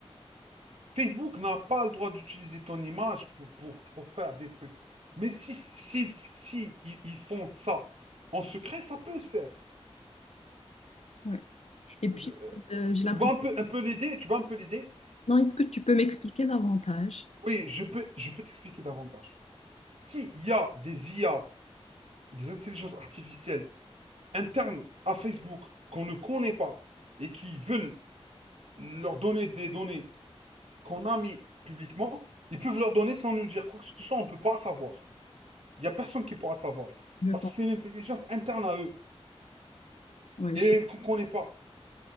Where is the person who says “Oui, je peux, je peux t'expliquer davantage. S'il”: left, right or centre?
Right